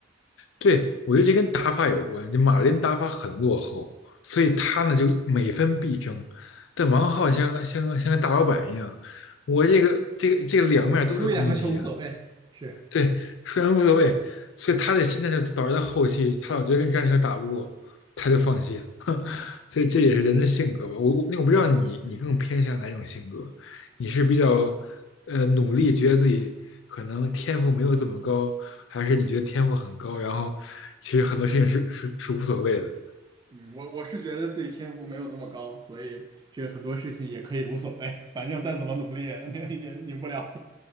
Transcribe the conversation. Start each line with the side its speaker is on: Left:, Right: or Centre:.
Left: 对，我觉得这跟打法有关。就马林打法很落后，所以他呢就每分必争。但王浩像像像个大老板一样，我这个这个这个两面都是攻击啊。
Right: 输一两个球无所谓。是
Left: 对，虽然无所谓，所以他的心态就导致他后期，他老觉得跟詹妮克打不过，他就放弃了。所以这也是人的性格吧。
Right: 是，
Left: 我我那我不知道你你更偏向哪一种性格，你是比较呃努力，觉得自己可能天赋没有这么高，还是你觉得天赋很高，然后其实很多事情是是是无所谓的？
Right: 嗯，我我是觉得自己天赋没有那么高，所以这个很多事情也可以无所谓，反正再怎么努力也 <laughs> 也赢不了。